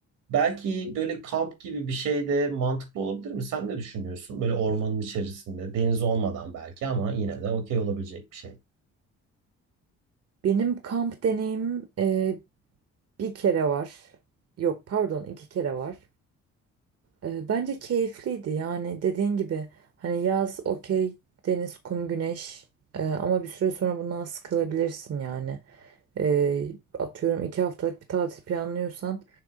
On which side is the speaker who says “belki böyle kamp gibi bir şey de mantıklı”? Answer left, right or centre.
Right